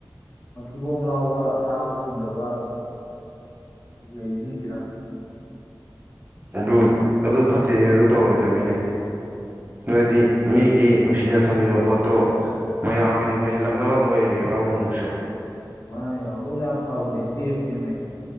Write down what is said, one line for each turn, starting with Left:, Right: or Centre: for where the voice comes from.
Left: ꯃꯊꯤꯕꯣꯝ ꯂꯥꯎꯕ ꯆꯥꯕ ꯐꯪꯗꯕ ꯂꯩꯔꯤꯖꯤꯡꯖꯤꯗ
Right: ꯑꯗꯨ ꯑꯗꯨ ꯐꯠꯇꯦꯍꯦ ꯑꯗꯨ ꯇꯧꯔꯣꯏꯗꯃꯤꯅꯦ ꯅꫭꯏꯗꯤ ꯃꯤꯒꯤ ꯅꯨꯡꯁꯤꯅ ꯊꯝꯃꯤꯕ ꯄꯣꯠꯇꯣ ꯃꯌꯥꯝꯒꯤꯗꯤ ꯃꯣꯏꯁꯤ ꯂꯛꯅꯕꯝ ꯑꯣꯏꯔꯤꯅꯦꯕ ꯑꯃꯨꯛꯃꯨꯛꯁꯨ
Left: ꯃꯥꯅꯦ ꯍꯧꯗꯣꯡꯗꫭ ꯌꯥꯝ ꯐꯕꯅꯦ ꯇꯦꯕꯅꯦꯃꯦ